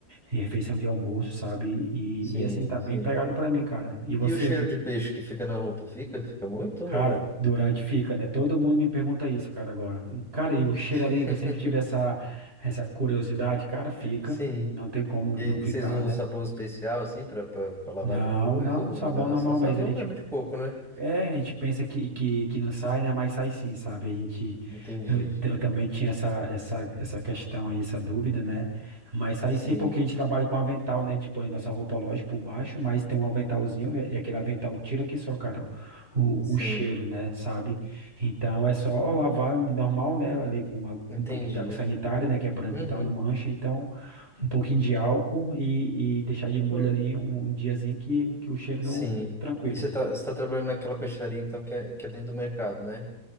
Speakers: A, on the right; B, in the centre.
A: de refeição de almoço, sabe? E,
B: sim,
A: e assim, tá bem
B: sim.
A: pegado pra mim, cara. E você,
B: E o cheiro
A: o que?
B: de peixe que fica na roupa? Fica? Fica muito?
A: Cara,
B: ou-
A: durante fica, né? Todo mundo me pergunta isso, cara, agora. E, Cara, e o cheiro
B: <laughs>
A: ali, que eu sempre tive essa, essa curiosidade, cara, fica.
B: Sim.
A: Não tem como
B: E
A: não
B: aí,
A: ficar,
B: vocês usam
A: né?
B: um sabão especial assim pra pra- pra lavar
A: Não,
B: depois?
A: não,
B: Ou
A: sabão
B: não?
A: normal
B: É só sabão
A: mesmo. A gente
B: mesmo de coco, né?
A: É, a gente pensa que, que, que não sai, né? Mas sai sim, sabe? A gente,
B: Entendi.
A: eu, t- eu também tinha essa, essa, essa questão aí, essa dúvida, né? Mas sai
B: Sim,
A: sim porque a gente trabalha com avental, né? A gente põe nossa roupa, lógico, por baixo, mas tem um aventalzinho e e aquele avental tira que só, cara, o,
B: sim,
A: o cheiro, né? Sabe? Então é só lavar normal, né? Ali com a-
B: entendi.
A: um pouquinho de água sanitária, né? Que é branca
B: Uhum.
A: e tal, não mancha. Então, um pouquinho de álcool e, e deixar de molho
B: Eu-
A: ali um, um diazinho que, que o cheiro
B: Sim.
A: não... Tranquilo.
B: E você tá, você tá trabalhando naquela peixaria então que é, que é dentro do mercado, né?